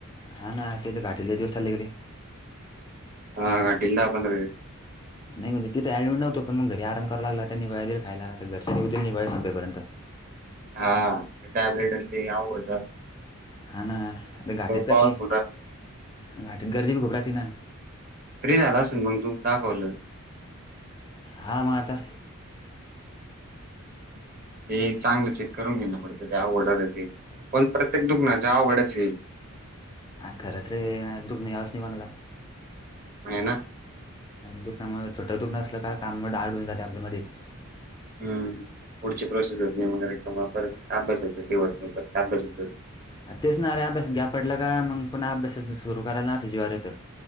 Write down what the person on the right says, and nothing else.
हा काटल बण
हा टॅबलेट ते आव
पॉवरफुल
फ्री झाला असेल मग तू दाकवलं
ते चांगलं चेक करून घेणं पडतं ते ओडर ते कोण प्रत्येक दुख् जवघडाच
आहे ना
हम् पुढची प्रोसेस होत नाहीगैरे कंवा परत आंब्यासच ते होत नाही परत आंब्या हो